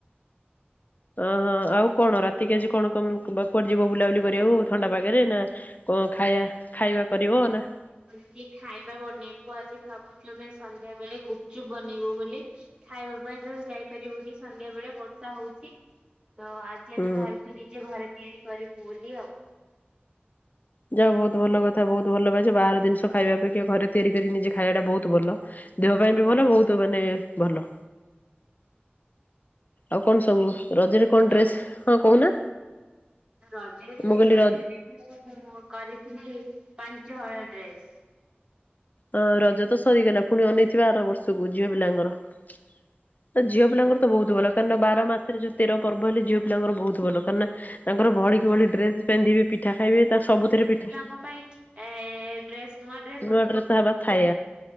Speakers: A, on the left (about 45°); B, on the right (about 25°).
A: ଅ, ହଁ ଆଉ କଣ ରାତିକି ଆଜି କଣ କମ୍ କ- ବା କୁଆଡେ ଯିବ ବୁଲାବୁଲି କରିବାକୁ ଥଣ୍ଡା ପାାଗରେ? ନା କଣ ଖାଇବା, ଖାଇବା କରିବ ନା
B: ମିଶି ଖାଇବା ବନେଇବୁ ଆଜି ଭାବୁଛୁ ଆମେ ସନ୍ଧ୍ୟା ବେଳେ ଗୁପଚୁପ୍ ବନେଇବୁ ବୋଲି। ଖାଇବା ପାଇଁ ତ ଯାଇପାରିବୁନି ସନ୍ଧ୍ୟା ବେଳେ ବର୍ଷା ହଉଛି। ତ ଆ ଜି
A: ହୁଁ।
B: ଆମେ ଭାବିଛୁ ନିଜେ ଘରେ ତିଆରି କରିବୁ ବୋଲି ଆଉ।
A: ଯା ହଉ ବହୁତ ଭଲ କଥା ବହୁତ ଭଲ ଭାବିଛ ବାହାର ଦିନିଷ ଖାଇବା ଅପେକ୍ଷା ଘରେ ତିଆରି କରି ନିଜେ ଖାଇବାଟା ବହୁତ ଭଲ। ଦେହ ପାଇଁ ବି ଭଲ ବହୁତ ମାନେ ଭଲ। ଆଉ କଣ ସବୁ ରଜରେ କଣ
B: ଆପଣ
A: ଡ୍ରେସ୍ ହଁ କହୁନା
B: ରଜରେ
A: ମୁଁ କହିଲି
B: ରଜରେ
A: ର
B: ମୁଁ କରିଥିଲି ପାଞ୍ଚ ହଳ ଡ୍ରେସ୍।
A: ଅଁ, ରଜ ତ ସରିଗଲା ପୁଣି ଅନେଇଥିବା ଆର ବର୍ଷକୁ ଝିଅ ପିଲାଙ୍କର। ତ ଝିଅ ପିଲାଙ୍କର ତ ବହୁତ ଭଲ କାରଣ ନା ବାର ମାସ ରେ ଯୋଉ ତେର ପର୍ବ ହେଲେ ଝିଅ ପିଲାଙ୍କର ବହୁତ ଭଲ। କାରଣ ନା ତାଙ୍କର ଭଳିିକି ଭଳି ଡ୍ରେସ୍ ପିନ୍ଧିବେ ପିଠା ଖାଇବେ ତା ସବୁଥିରେ ପିଠା
B: ମୋ ପାଇଁ ଏ ଡ୍ରେସ୍ ନୂଆ ଡ୍ରେ
A: ନୂଆ ଡ୍ରେସ୍ ତ ହବା ଥାୟ